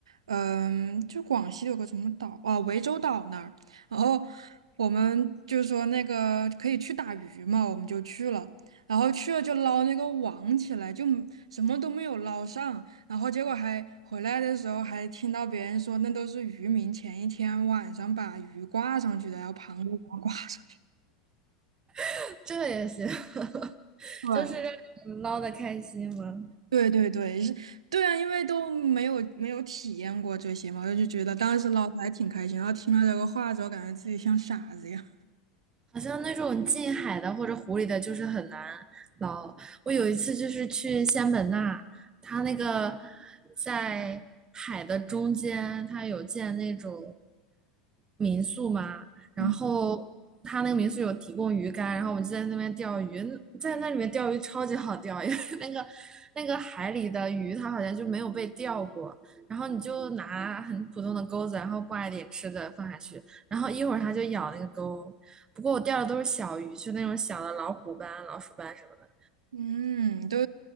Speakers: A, on the right (about 85°); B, on the right (about 25°).
A: 嗯，就广西有个什么岛啊，涠洲岛那儿，然后我们就说那个可以去打鱼嘛，我们就去了，然后去了就捞那个网起来，就什么都没有捞上，然后结果还回来的时候还听到别人说，那都是渔民前一天晚上把鱼挂上去的，然后螃蟹给它挂上。去。
B: <laughs> 这也行，<laughs>
A: 对
B: 就是让你们捞的开心嘛。
A: 对对对，是，对啊，因为都没有没有体验过这些嘛，我就觉得当时老师还挺开心，然后听了这个话之后，感觉自己像傻子一样。
B: 好像那种近海的或者湖里的，就是很难捞。我有一次就是去仙本那，它那个在海的中间，它有建那种民宿嘛，然后它那个民宿有提供鱼竿，
A: 嗯，
B: 然后我们就在那边钓鱼，在那里面钓鱼超级好钓，因为 <laughs> 那个那个海里的鱼它好像就没有被钓过，然后你就拿很普通的钩子，然后挂一点吃的放下去，然后一会儿它就咬那个钩。不过我钓的都是小鱼，就那种小的老虎斑、老鼠斑什么的。
A: <laughs> 嗯，都